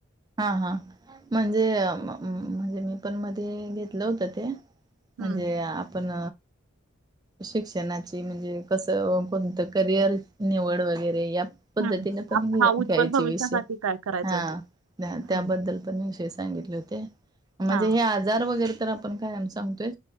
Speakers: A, on the right; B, on the right.
A: हा हा म्हणजे म्हणजे मी पण मध्ये घेतलं होत ते
B: हम्म
A: म्हणजे आपण शिक्षणाची म्हणजे कसं कोणतं करिअर निवड वगैरे या. पद्धतीने
B: हम्म
A: पण
B: आप-
A: घ
B: हा उज्ज्वल
A: घ्यायचे
B: भविष्यासाठी
A: विषय
B: काय करायचंय
A: हा
B: ते
A: त्याबद्दल
B: हम्म
A: पण
B: हा
A: आजार वगैरे तर आपण काय सांगतोय